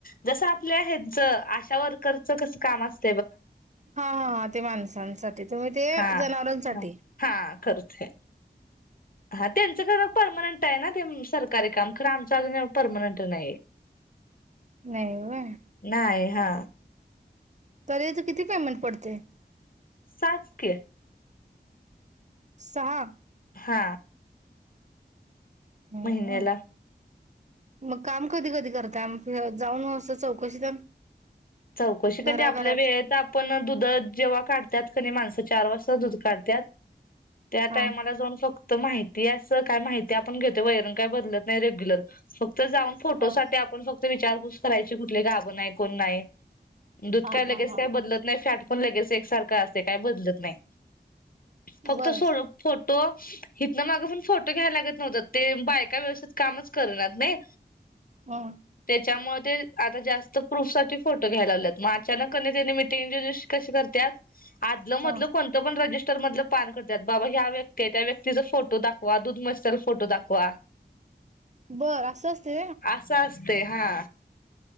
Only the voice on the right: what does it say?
हा हा. ते माणसांसाठी, तुम्ही ते
जनावरांसाठी
नाही व्हय.
तरी हेज किती पेमेंट पडतेय?
सहा
हम्म.
मग काम कधी कधी करताय, जाऊन असं चौकशी तेन
घराघरात
हा.
हा.
हा
हा हा
हा
बर
ह
हा
बर असं असते